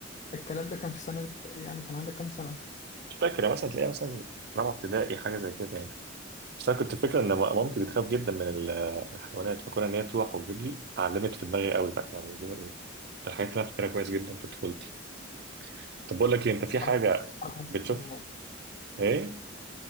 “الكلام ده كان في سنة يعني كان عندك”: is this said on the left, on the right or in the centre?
Left